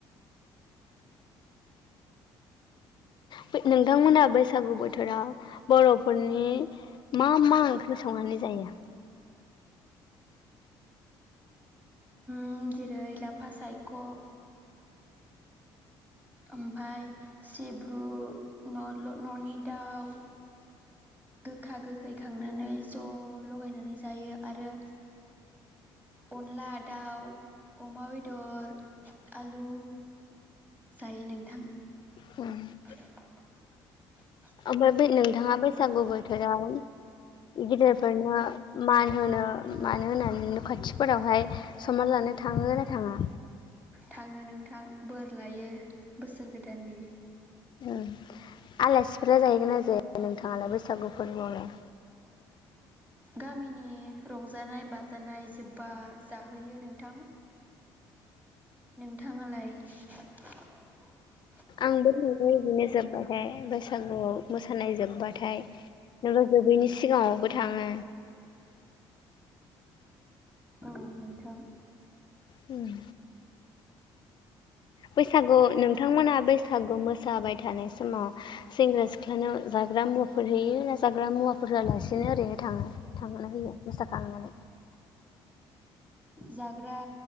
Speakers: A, on the left (about 45°); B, on the right (about 15°).
A: बै नोंथांमोना बैसागु बोथोराव बर'फोरनि मा मा ओंख्रि संनानै जायो?
B: उम जेरै लाफा सायख' ओमफाय सिब्रु नल' न'नि दाउ गोखा गोखै खांनानै ज' लगायनानै जायो आरो अनला दाउ अमा बेदर आलु जायो नोंथां। <inaudible>
A: ओमफ्राय ओमफाय बै नोंथाङा बैसागु बोथोराव गिदिरफोरनो मा न होनो मानो होननानै न'खाथिफोरावहाय सनमान लानो थाङो ना थाङा?
B: थाङो नोंथां बोर लायो बोसोर गोदाननि।
A: ओं आलासिफोरा जाहैगोन ना‌ जाहैया नोंथाङालाय बै सागु फोरबोआवलाय
B: गामिनि रंजानाय बाजानाय जोब्बा जाहोयो नोंथां। नोंथाङालाय? <inaudible>
A: आंबो थाङो इदिनो जोब्बाथाय बैसागुआव मोसानाय जोब्बाथाय <unintelligible> जोबैनि सिगाङावबो थाङो।
B: औ नोंथां।
A: उम। बैसागु नोंथांमोनहा बैसागु मोसाबाय थानाय समाव सेंग्रा सिख्लानाव जाग्रा मुवाफोर होयो ना जाग्रा मुवाफोर होआलासिनो ओरैनो थाङो थांनो होयो मोसाखांनानै?
B: जाग्रा